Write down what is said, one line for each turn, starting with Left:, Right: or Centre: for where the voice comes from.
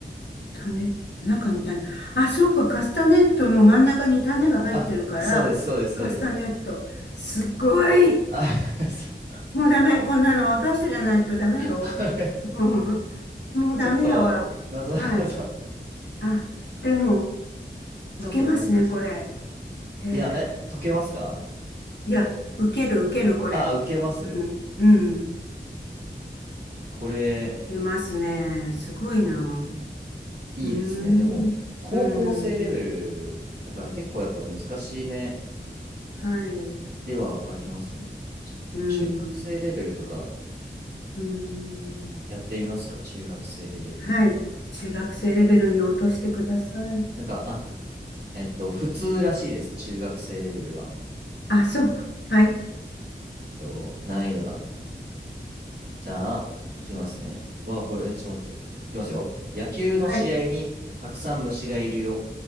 Left: タネット、中に種。あ、そうか、カスタネットの真ん中に種が入ってるから、
Right: あ、そうです、そうです、そうです。
Left: カスタネット。すっごい。
Right: あ、<laughs> そう
Left: もうダメ。こんなの若い人じゃないとダメよ。
Right: これ、
Left: うん。もうダメだわ。
Right: ちょっと、なぞなぞ、
Left: はい。あ、でも、受けますね、
Right: ちょっと難しい。
Left: これ。ええ。
Right: いや、え、解けますか
Left: いや、受ける、受ける、これ。
Right: あ、受けます。
Left: うん、うん。
Right: これ、
Left: 受けますね。すごいな。
Right: いいですね。
Left: うーん、
Right: でも、高校生レベルだから結構やっぱ難しめ
Left: うーん、はい、う
Right: ではありますよね。ちょ中学生レベルとか、
Left: ーん、うーん、
Right: やってみますか中学生レベル。
Left: はい。中学生レベルに落としてください。
Right: なんか、あ、えっと、普通らしいです。中学生レベルは。
Left: あ、そう、はい、
Right: えっと、難易度が。じゃあ、いきますね。わ、これ、え、ちょっと待って。いきますよ。野球の試合にたくさん虫がいるよ。
Left: はい。